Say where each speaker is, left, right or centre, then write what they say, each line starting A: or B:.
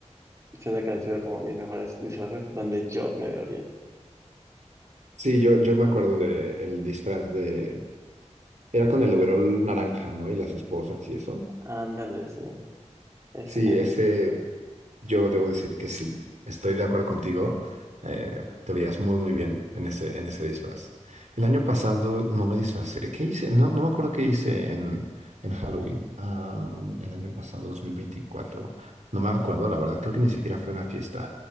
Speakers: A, on the right; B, on the right.
A: siento que han sido como mis mejores disfraces donde yo me veo bien.
B: Sí, yo, yo me acuerdo de el disfraz de... Era con el overol naranja, ¿no? Y las esposas y eso.
A: Ándale, sí, ese
B: Sí,
A: mero.
B: ese yo debo decir que sí, estoy de acuerdo contigo. Eh, te veías muy, muy bien en ese, en ese disfraz. El año pasado no me disfracé. ¿Qué hice? No, no me acuerdo qué hice en, en Halloween. Ah, el año pasado, 2024. No me acuerdo, la verdad. Creo que ni siquiera fue una fiesta.